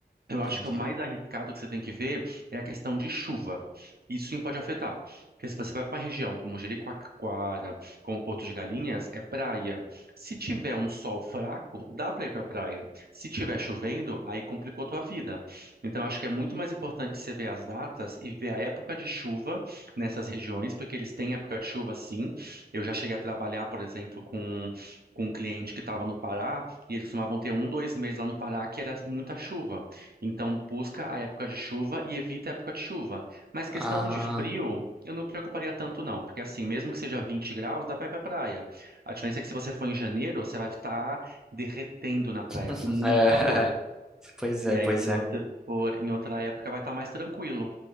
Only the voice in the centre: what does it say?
entendi.
Ah,
<laughs>
é.
Pois
é,
pois
é.